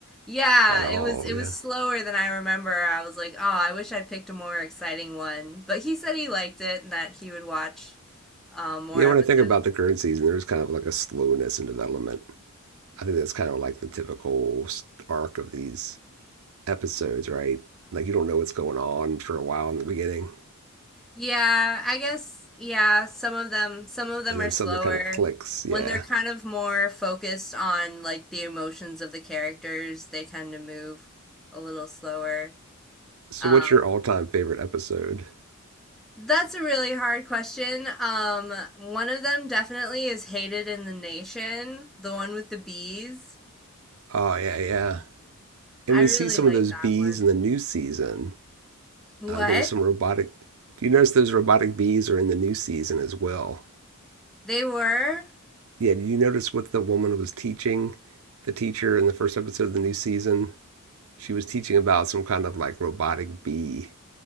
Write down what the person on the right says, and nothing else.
at all.
Yeah.
Yeah,
when I think about the current season, there's kind of like a slowness in development. I think that's kind of like the typical arc of these episodes, right? Like you don't know what's going on for a while in the beginning,
and then
something kind of clicks.
Yeah.
So,
what's your all-time favorite episode?
Oh, yeah, yeah. And
we
see some
of those
bees
in the new season.
Uh, there's some robotic. Do you notice those robotic bees are in the new season as well?
Yeah. Did you notice what the woman was teaching, the teacher in the first episode of the new season? she was teaching about some kind of like robotic bee.